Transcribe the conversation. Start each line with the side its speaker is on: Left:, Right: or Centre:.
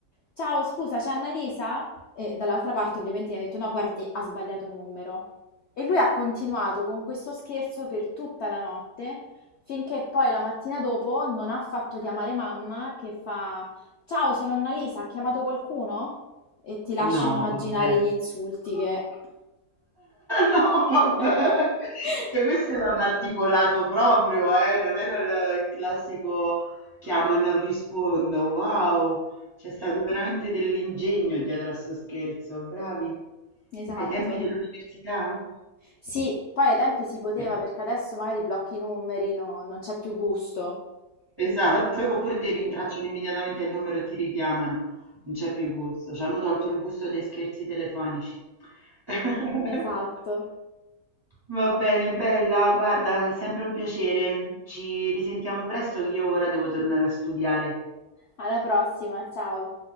Left: Ciao, scusa, c'è Annalisa? E dall'altra parte ovviamente gli ha detto no, guardi, ha sbagliato un numero. E lui ha continuato con questo scherzo per tutta la notte, finché poi la mattina dopo non ha fatto chiamare mamma che fa Ciao, sono Annalisa, ha chiamato qualcuno? E ti lascio
Right: No,
Left: immaginare
Right: vabbè.
Left: gli insulti
Right: <laughs>
Left: che...
Right: No, vabbè.
Left: <laughs>
Right: Cioè, questo l'hanno articolato proprio, eh, non era il classico chiamo e non rispondo. Wow, c'è stato veramente dell'ingegno dietro a sto scherzo, bravi.
Left: Esatto.
Right: Ai tempi dell'università?
Left: Sì, poi ai tempi si poteva
Right: Eh,
Left: perché adesso magari blocchi i numeri, no- non c'è più gusto.
Right: Esatto, oppure ti rintracciano immediatamente il numero e ti richiamano. Non c'è più gusto, ci hanno tolto il gusto dei scherzi telefonici. <laughs>
Left: Esatto.
Right: Va
Left: Ma-
Right: bene, bella, guarda, è sempre un piacere. Ci risentiamo presto che io ora devo tornare a studiare.
Left: Alla prossima, ciao.